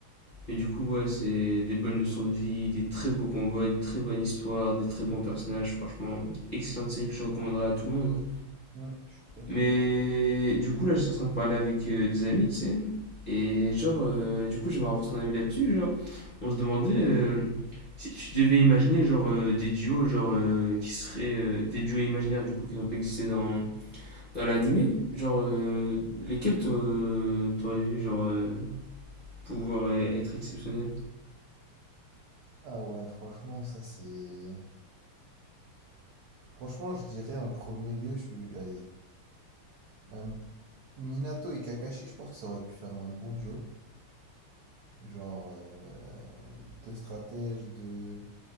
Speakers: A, on the left; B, on the right.
A: Mais du coup, ouais, c'est des bonnes leçons de vie, des très beaux combats, une très bonne histoire, des très bons personnages. Franchement, excellente série que je recommanderais à tout le monde. hein.
B: Hmm, je suis tout à fait
A: Mais
B: d'accord avec
A: du coup, là, je suis en train de parler avec euh, des amis, tu sais. Et genre, euh, du coup, j'aimerais avoir son avis là-dessus. Genre, on se demandait euh, si tu devais imaginer, genre, euh, des duos, genre, euh, qui seraient euh, des duos imaginaires, du coup, qui n'ont pas existé dans, dans l'animé. Genre, euh, lesquels t'a- t'aurais vu, genre, euh, pouvoir euh, être exceptionnels?
B: Ah ouais, franchement, ça c'est. Franchement, je dirais en premier lieu, je suis. allez, un... Minato et Kakashi, je pense que ça aurait pu faire un bon duo. Genre, euh, deux stratèges, de